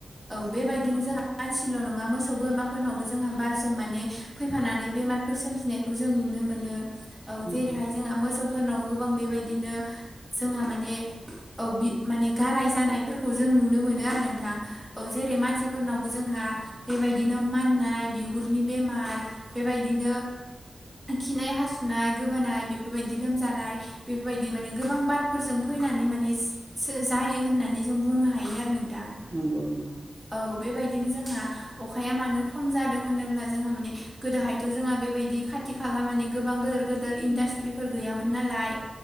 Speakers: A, in the centre; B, on the right.
A: औ बेबायदिनो जोंहा मानसिल' नङा मोसौ बोरमाफोरनावबो जोंहा बारजों माने फैफानानै बेमारफोर सोमजिनायखौ जों नुनो मोनो औ
B: नंगौ
A: जेरैहाय जोंहा मोसौ फोरनाव गोबां बेबायदिनो जोंहा माने औ बि माने गाराय जानायफोरखौ जों नुनो मोनो आरो नोंथां। औ जेरै मानसिफोरनावबो जोंहा बेबायदिनो माननाय बिगुरनि बेमार बेबायदिनो खिनाय हासुनाय गोबानाय बेफोरबायदि लोमजानाय बेफोरबायदि माने गोबां बारफोरजों फैनानै माने जा-जायो होननानै जों बुंनो हायो आरो नोंथां।
B: नंगौ नंगौ
A: औ बेबायदिनो जोंहा अखाया मानो खम जादों होनोब्ला जोंहा माने गोदोहायथ जोंहा बेबायदि खाथि खाला माने गोबां गोदोर गेदोर इन्डास्ट्रि फोर गैयामोन नालाय